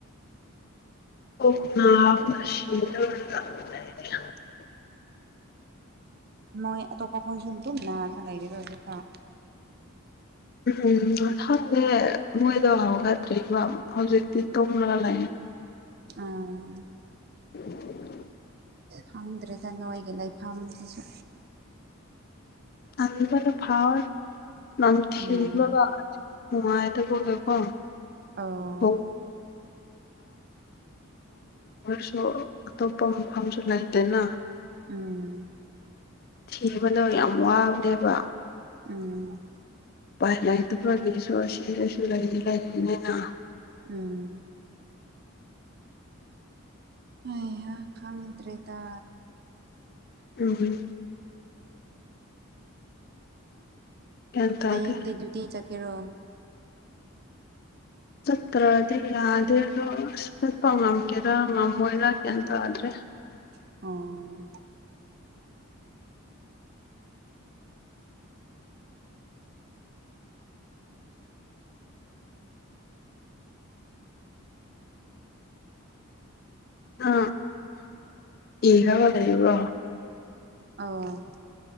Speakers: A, on the left; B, on the right.
A: ꯑꯗ
B: ꯃꯣꯏ ꯇꯣ ꯀꯈꯣꯏ ꯁꯟꯇ ꯅ ꯏꯔꯤꯗꯖ ꯊ
A: ꯎꯝ ꯃꯊꯥꯡꯁꯦ ꯃꯣꯏꯗꯣ ꯍꯧꯥꯎꯒꯠꯇ꯭ꯔꯤꯕꯔꯤꯕ ꯍꯧꯖꯤꯛꯇꯤ ꯇꯣꯔꯥ ꯂꯩꯥꯏ
B: ꯑꯝ
A: <inaudible>
B: ꯈꯪꯗ꯭ꯔꯦꯗ ꯅꯣꯏꯒꯤ ꯂꯩꯐꯝꯗꯨꯁꯨ
A: ꯎꯝ ꯃꯅ ꯐꯥꯎ ꯅꯝꯊꯤꯕꯒ
B: ꯎꯝ
A: ꯃꯥꯏꯇ ꯀ ꯀꯦꯄꯣ
B: ꯑꯣ
A: <inaudible> ꯁꯨ ꯑꯇꯣꯞꯄ ꯃꯐꯝꯁꯨ ꯂꯩꯇꯦꯅ
B: ꯎꯝ
A: ꯊꯤꯕꯗꯣ ꯌꯥꯝ ꯋꯥꯕꯅꯦꯕ
B: ꯎꯝ
A: ꯄꯥꯏ ꯂꯗꯨ ꯐꯁꯨ ꯑꯁꯤꯁꯨ ꯂꯩ ꯂꯅꯦ
B: ꯎꯝ ꯑ ꯈꯪꯗ꯭ꯔꯦꯗ
A: ꯎꯝ ꯒ꯭ꯌꯥꯟ ꯇꯥꯗꯦ
B: ꯍꯌꯦꯡꯗꯤ ꯗ꯭ꯌꯨꯇꯤ ꯆꯠꯀꯦꯔꯣ
A: ꯆꯠꯇ꯭ꯔꯗꯤ ꯌꯥꯗꯦ ꯑꯗꯣ ꯑꯁ ꯆꯠꯄ ꯉꯝꯒꯦꯔꯥ ꯉꯝꯃꯣꯏꯔꯥ ꯇꯥꯗ꯭ꯔꯦ
B: ꯑꯣ
A: ꯑ ꯄꯤꯒ꯭ꯔꯕ ꯂꯩꯔꯤꯕꯣ
B: ꯑꯝ